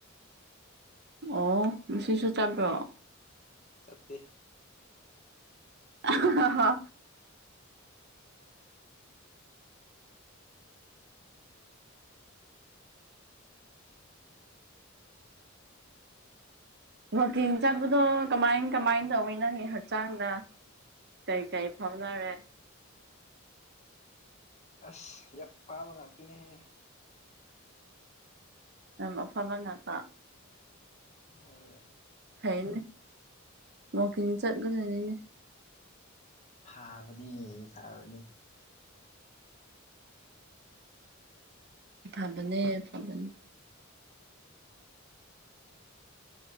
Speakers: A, on the right; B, on the left.
A: ꯑꯣ ꯁꯤꯁꯨ ꯆꯠꯕ꯭ꯔꯣ
B: ꯆꯠꯇꯦ
A: ꯑ ꯍ ꯋꯥꯛꯀꯤꯡ ꯆꯠꯄꯗꯣ ꯀꯃꯥꯏ ꯀꯃꯥꯏꯅ ꯇꯧꯋꯤ ꯅꯪꯅꯤ ꯍꯛꯆꯥꯡꯗ ꯀꯩꯀꯩ ꯐꯥꯎꯅꯔꯦ
B: ꯑꯁ ꯌꯥꯝ ꯄꯥꯕ ꯉꯥꯛꯇꯅꯦꯍꯦ
A: ꯑꯗꯨꯝ ꯑꯐꯕ ꯉꯥꯛꯄ
B: ꯃꯣꯏꯗꯣ
A: ꯐꯅꯦ ꯃ ꯀ ꯆꯠꯒꯅꯤꯅꯦ
B: ꯐꯥꯕꯅꯤ ꯐꯥꯕꯅꯤ
A: ꯐꯕꯅꯦ ꯄꯕꯅꯤ